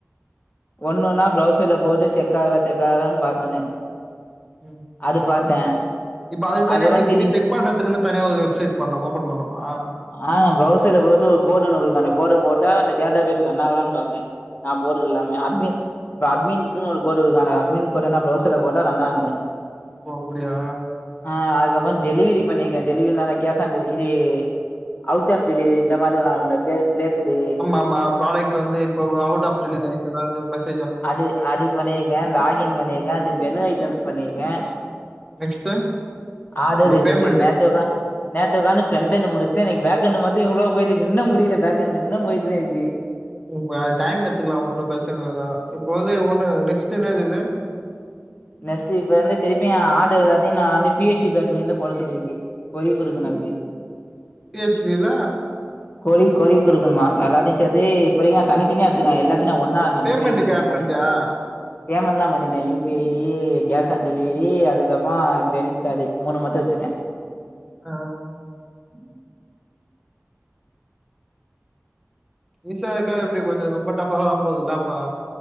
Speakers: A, on the left; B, in the centre.
A: ஒண்ணொன்னா ப்ரவுசர்ல போட்டு செக் ஆகுதா செக் ஆகுதான்னு பாக்கனு
B: ம்
A: அது பார்த்தே
B: இப்ப தனியா
A: அது மாதிரி
B: இப்ப
A: திரிப்
B: நீ செக் பண்றதுக்குன்னு தனியா ஒரு வெப்சைட் பண்ண ஓபன் பண்ணுமா ஆ
A: அ ப்ரோசர்ல போய்ட்டு ஒரு கோடு ஒன்னு கொடுக்கனு அந்த கோடு போட்டா டேட்டா பேச் ரன் ஆகுதானு பாக்கே நா போட்றது எல்லாமே அட்மிட் இப்போ அட்மின்குனு ஒரு கோடு இருக்கு அந்த அட்மின் கோடு வெனா ப்ரோசர்ல போட்டா ரன் ஆகும்னு
B: ஓ அப்டியா
A: அ அதுக்கப்புறோ டெலிவரி பண்ணிருக்கெ டெலிவரினா இது கேச் ஆன் டெலிவரி இது அவுட் ஆஃப் டெலிவரி இந்த மாதிரி ஆகும்ல எப்பயா ப்ளேச்டு
B: மா ப்ராடக்ட் வந்து இப்ப அவுட் ஆஃப் டெலிவரி ஆயட்டுன்னா மெச்
A: அது அது பண்ணியிருக்கெ லாகின் பண்ணியிருக்கே அது மெனு ஐட்டம்ஸ் பண்ணியிருக்க
B: நெக்ஸ்ட்
A: ஆதார்
B: இப்ப
A: ரெஜிஸ்டர்
B: பேமெண்ட்
A: நேத்து உக்கா நேத்து உக்கானு ஃப்ரெண்டன் முடிச்டெ இனிக்கு பேக் பேக்கண்டு மட்டு இவ்ளோ போயிட்டுருக்கு இன்னு முடில பேக்கண்டண்டு இன்னு போயிட்டுதா இருக்கு
B: உங்க டைம் எத்துக்கலா ஒண்ணு பிரச்சன இல்லதா இப்ப வந்து ஒண்ணு நெக்ஸ்ட் எனது இது
A: நெக்ஸ்ட் இப்ப வந்து திருப்பியு எ ஆடர் எல்லாத்தையு நா வந்து பிஹெச்பி அட்மின்ல போட சொல்லியிருக்கு பொய் கொடுக்கணு அதுக்கு
B: பிஹச் பில
A: கொறி கொறி கொடுக்கணுமா எல்லத்தையு சேதது இப்போதைக்கு தனித்தனியா வச்சுக்கங்க எல்லாத்தையு நா ஒன்னா ஆக்கணு
B: பேமெண்ட்கு
A: பி ஹெச் இ பேட்
B: ஆட்பண்டியா
A: மாரி பேமெண்ட்லா பண்ணிட்டே U P I E cash on delivery அதுக்கப்புறோ கிரெடிட் கார்டு மூணு மட்டு வச்சுருக்கே
B: ஆ
A: உம்
B: ஈசாக்கா எப்படி கொஞ்சோ ரொம்ப டஃபா வ போகுதல்லாப்பா